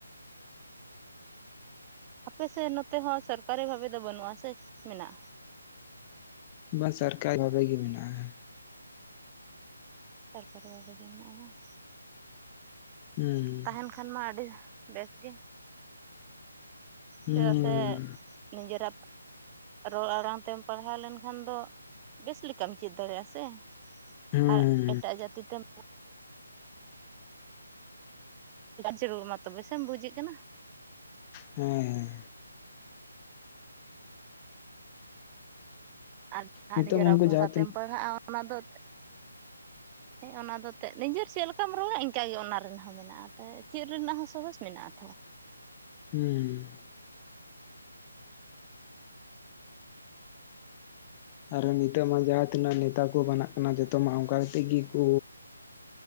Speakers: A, on the right; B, on the left.
A: ᱟᱯᱮᱥᱮᱫ ᱱᱚᱛᱮ ᱦᱚᱸ ᱥᱚᱨᱠᱟᱨᱤ ᱵᱷᱟᱵᱮ ᱫᱚ ᱵᱟᱹᱱᱩᱜ-ᱟ ᱥᱮ ᱢᱮᱱᱟᱜ-ᱟ
B: ᱵᱟ ᱥᱟᱨᱠᱟᱭ ᱵᱷᱟᱵᱮ ᱜᱤ ᱢᱮᱱᱟᱜ-ᱟ
A: ᱥᱟᱨᱠᱟᱨᱮ ᱵᱷᱟᱵᱮ ᱜᱮ ᱢᱮᱱᱟᱜᱼᱟ ᱵᱟᱝ
B: ᱦᱩᱸ
A: ᱛᱟᱦᱮᱱ ᱠᱷ ᱮᱱᱠᱷᱟᱱ ᱢᱟ ᱟᱹᱰᱤ ᱵᱮᱥ ᱜᱮ
B: ᱦᱩᱸ
A: ᱪᱮᱫᱟᱜ ᱥᱮ ᱱᱤᱡᱮᱨᱟᱜ ᱨᱚᱲ ᱟᱲᱟᱝ ᱛᱮᱢ ᱯᱟᱲᱦᱟᱣ ᱞᱮᱱᱠᱷᱟᱱ ᱫᱚ ᱵᱮᱥ ᱞᱮᱠᱟᱢ ᱪᱮᱫ ᱫᱟᱲᱮ-ᱟᱥᱮ
B: ᱦᱩᱸ
A: ᱟᱨ ᱮᱴᱟᱜ ᱡᱟᱹᱛᱤ ᱛᱮᱢ ᱡᱟᱹᱨᱩᱲ ᱢᱟ ᱛᱚᱵᱮ ᱥᱮᱢ ᱵᱩᱡᱮᱫ ᱠᱟᱱᱟ
B: ᱦᱮᱸ ᱦᱮᱸ
A: ᱟᱨ ᱟᱨ
B: ᱱᱤᱛᱚᱜ
A: ᱱᱤᱡᱮᱨᱟᱜ
B: ᱩᱱᱠᱩ
A: ᱵᱷᱟᱥᱟ
B: ᱡᱟᱦᱟᱸ ᱛᱤᱱᱟᱹᱜ
A: ᱛᱮᱢ ᱯᱟᱲᱦᱟᱜᱼᱟ ᱚᱱᱟ ᱫᱚ
B: <unintelligible>
A: ᱦᱮᱸ ᱚᱱᱟ ᱫᱚ ᱛᱮᱜ ᱱᱤᱡᱮᱨ ᱪᱮᱫ ᱞᱮᱠᱟᱢ ᱨᱚᱲᱟ ᱤᱱᱠᱟᱜᱮ ᱚᱱᱟ ᱨᱮᱱᱟᱜ ᱦᱚᱸ ᱢᱮᱱᱟᱜ-ᱟᱛ ᱪᱮᱫ ᱨᱮᱱᱟᱜ ᱦᱚᱸ ᱥᱚᱦᱚᱡᱽ ᱢᱮᱱᱟᱜ
B: ᱦᱩᱸ ᱟᱨ ᱱᱤᱛᱚᱜ ᱢᱟ ᱡᱟᱦᱟᱸ ᱛᱤᱱᱟᱹᱜ ᱱᱮᱛᱟ ᱠᱩ ᱵᱟᱱᱟᱜ ᱠᱟᱱᱟ ᱡᱚᱛᱚ ᱢᱟ ᱚᱝᱠᱟ ᱠᱟᱛᱮᱜ ᱜᱮᱠᱚ